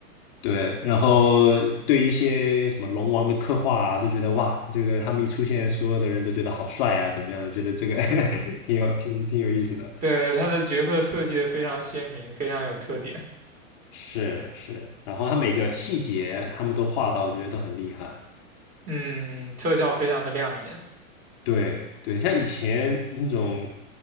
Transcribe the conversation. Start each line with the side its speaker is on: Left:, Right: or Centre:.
Left: 对，然后对一些什么龙王的刻画啊，都觉得哇，这个他们一出现，所有的人都觉得好帅啊，怎么样的？觉得这个 <laughs> 挺有挺挺有意思的。
Right: 对，他的角色设计的非常鲜明，非常有特点，
Left: 是是，然后他每个细节他们都画到，我觉得都很厉害。
Right: 嗯，特效非常的亮眼。
Left: 对对，像以前那种